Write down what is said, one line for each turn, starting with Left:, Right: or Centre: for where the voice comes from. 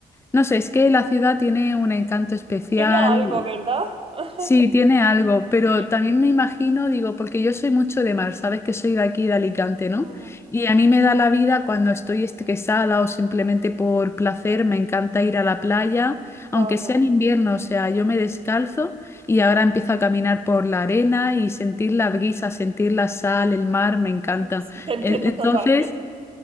Left: no sé, es que la ciudad tiene un encanto especial,
Right: Tiene algo, ¿verdad? <laughs>
Left: Sí, tiene algo, pero
Right: Sí,
Left: también me imagino, digo, porque yo soy mucho de mar, sabes que soy de aquí, de Alicante, ¿no?
Right: mm,
Left: Y a mí me da la vida cuando estoy estresada o simplemente por placer, me encanta ir a la playa,
Right: claro,
Left: aunque sea en invierno, o sea, yo me descalzo y ahora empiezo a caminar por la arena y sentir la brisa, sentir la sal, el mar, me encanta.
Right: sí, sí, te entiendo
Left: E- Entonces,
Right: totalmente.